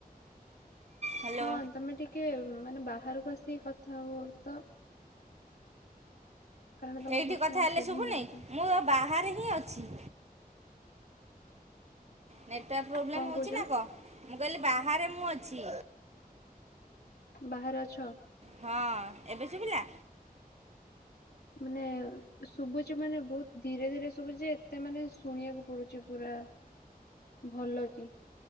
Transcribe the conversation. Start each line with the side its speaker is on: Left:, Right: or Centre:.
Right: ହ୍ୟାଲୋ
Left: ହଁ ତମେ ଟିକେ ମାନେ ବାହାରକୁ ଆସିକି କଥା ହୁଅ ତ। କାରଣ ତମ
Right: ଏଇଠି କଥା ହେଲେ
Left: ଶୁଭୁନି
Right: ଶୁଭୁନାହି?
Left: ଏତେ
Right: ମୁଁ ଏ ବାହାରେ ହିଁ ଅଛି। ନେଟୱାର୍କ ପ୍ରୋବ୍ଲେମ୍
Left: କଣ
Right: ହଉଚି
Left: କହୁଛ
Right: ନା କଣ? ମୁଁ କହିଲି ବାହାରେ ମୁଁ ଅଛି।
Left: ବାହାରେ ଅଛ?
Right: ହଁ ଏବେ ଶୁଭିଲା?
Left: ମାନେ ଶୁଭୁଚି ମାନେ ବହୁତ ଧୀରେ ଧୀରେ ଶୁଭୁଚି ଏତେ ମାନେ ଶୁଣିବାକୁ ପଡୁଚି ପୁରା। ଭଲ କି।